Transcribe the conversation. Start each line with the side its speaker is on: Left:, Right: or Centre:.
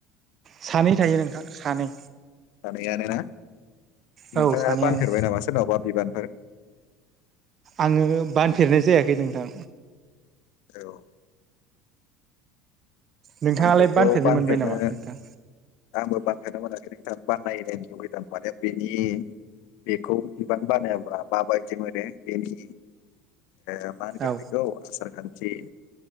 Right: सानै थायो नोंथां सानै
Left: सानैयानो ना
Right: औ
Left: नोंथाङा
Right: सानैयानो
Left: बानफेरबाय नामा सोरनावबा बिबानफोर
Right: आङो बानफेरनाय जायाखै नोंथां
Left: औ
Right: नोंथाङालाय
Left: आंबोथ' बानफेरनो
Right: मोनबाय नामा नोंथां?
Left: आंबो बानफेरनो मोनाखै बाननाय नायनो लुगैदों आं माने बेनि बेखौ बिबान बानायाब्ला माबायदि मोनो बेनि ए मा होनगोन
Right: औ
Left: बेखौ आसार खान्थि